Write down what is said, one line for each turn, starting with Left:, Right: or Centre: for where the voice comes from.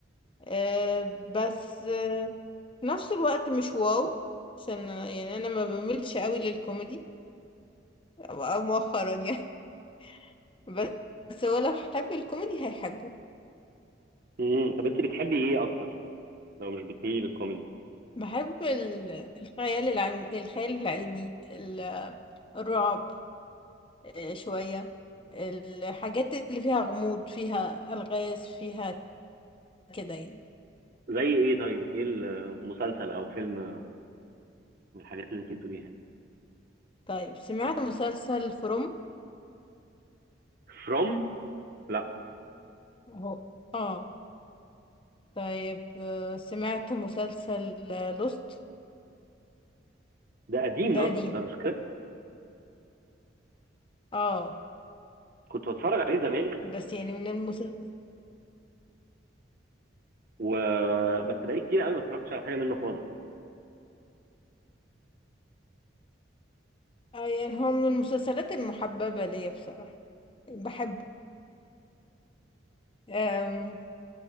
Left: أه بس أه في نفس الوقت مش واو عشان يعني انا ما بميلش قوي للكوميدي او أو مؤخرا يعني <laughs> بس بس هو لو حب الكوميدي هيحبه
Right: امم طب انت بتحبي ايه اكتر لو مش بتميلي للكوميدي
Left: بحب ال- الخيال العلمي الخيال العلمي ال- الرعب أه شوية الحاجات اللي فيها غموض فيها ألغاز فيها كده يعني
Right: زي ايه طيب ايه المسلسل او فيلم من الحاجات اللي انت بتقوليها دي
Left: طيب سمعت مسلسل فروم
Right: فروم لا
Left: اهو اه طيب آه، سمعت مسلسل لوست
Right: ده قديم
Left: ده
Right: لوست
Left: قديم
Right: ده مش كده
Left: اه
Right: كنت بتفرج عليه زمان
Left: بس يعني من المسلسل
Right: و بس بقالي كتير قوي ما اتفرجتش على حاجه منه خالص
Left: اه يعني هو من المسلسلات المحببة ليا بصراحة بحبه آم،